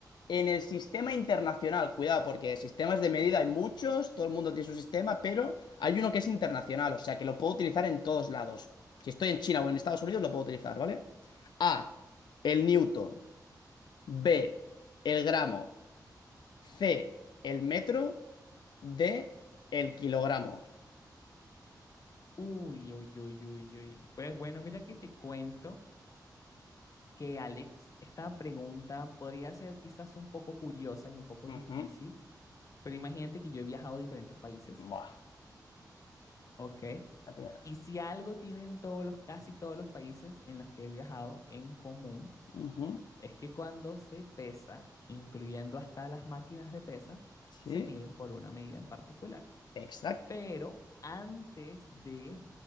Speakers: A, on the left; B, on the left.
A: en el sistema internacional. Cuidado, porque sistemas de medida hay muchos, todo el mundo tiene su sistema, pero hay uno que es internacional, o sea que lo puedo utilizar en todos lados. Si estoy en China o en Estados Unidos, lo puedo utilizar, ¿vale? A, el newton. B, el gramo. C, el metro. D, el kilogramo.
B: Uy, uy, uy, uy, uy. Pues bueno, mira que te cuento que Alex, esta pregunta podría ser quizás un poco curiosa y un poco difícil,
A: Ujú.
B: pero imagínate que yo he viajado a diferentes países,
A: Buah.
B: ¿ok?
A: <laughs> La tenía.
B: Y si algo tienen todos los, casi todos los países en los que he viajado en común,
A: Ujú. <laughs>
B: Es que cuando se pesa, incluyendo hasta las máquinas de pesa,
A: Sí,
B: se miden por una medida en particular.
A: exacto.
B: Pero antes de,